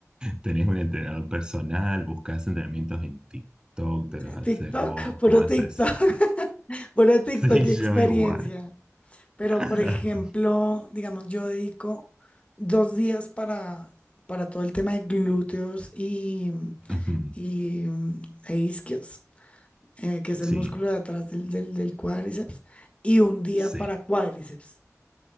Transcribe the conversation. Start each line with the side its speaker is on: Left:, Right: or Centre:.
Right: ¿Tenés un entrenador personal? ¿Buscás entrenamientos en TikTok?
Left: <laughs>
Right: ¿Te los haces
Left: TikTok,
Right: vos?
Left: puro
Right: ¿Cómo haces?
Left: TikTok, <laughs> puro TikTok
Right: <laughs> Sí,
Left: y
Right: yo
Left: experiencia.
Right: igual.
Left: Pero,
Right: <laughs>
Left: por ejemplo, digamos, yo dedico dos días para, para todo el tema de glúteos y,
Right: Ujú.
Left: y, mm, e isquios, eh, que es el
Right: Sí,
Left: músculo de atrás del, del, del cuádriceps, y un día
Right: sí,
Left: para cuádriceps.